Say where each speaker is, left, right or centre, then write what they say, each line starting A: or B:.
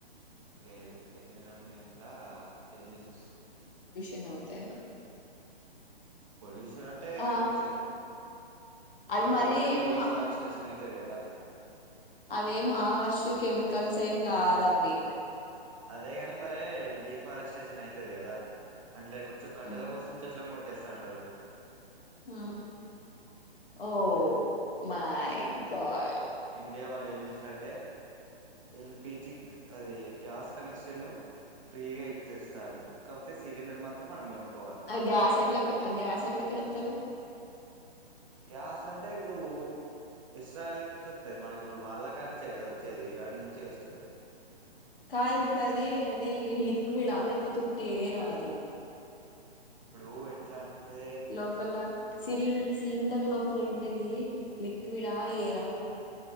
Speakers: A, on the right; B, on the left.
A: లేదు ఎన్విరాన్మెంట్లా చేంజెస్ వస్తయి.
B: ఏమో తే
A: పొల్యూ అంటే
B: ఆ
A: పొల్యూషన్
B: అది
A: అయితది
B: మరి
A: కాకపోతే
B: ఏం
A: డిఫారెస్టేషన్ అయితది గదా
B: అదేం హర్ష్ కెమికల్స్ ఏం కాదవి
A: అదేగని మరి డిఫారెస్టేషన్ అయి తది గదా అంట్లే ఇప్పుడు కట్టెల
B: ఆ,
A: కోసం చెట్లను కొట్టేస్తా ఉంటారు.
B: ఆ ఓ
A: ఉమ్.
B: My God!
A: ఇగ వాళ్ళేం చేసింరంటే ఎల్ పి జిక్ అది గ్యాస్ కనెక్షను ఫ్రీగా ఇచ్చేస్తాన్లు కాపోతే సిలిండర్ మాత్రం మనం కొనుకొ
B: ఆ గ్యాస్ ఎట్ల ఆ గ్యాస్ ఎట్ల తెలుత్తది.
A: గ్యాస్ అంటే ఇప్పుడూ ఇస్రాయిల్ నుంచి వత్తది మనకిప్పుడు వాళ్ళ కానుంచే కదా వచ్చేది ఇరాన్ నుంచే వస్
B: కాద్ ఇప్పుడది దీ లిక్విడా లేక్పోతే ఉట్టి ఎయిరా అది
A: ఇప్పుడు ఎట్లలంటే...
B: లోపల సిలి సిలిండర్ లోపల ఉండేది లిక్విడా ఎయిరా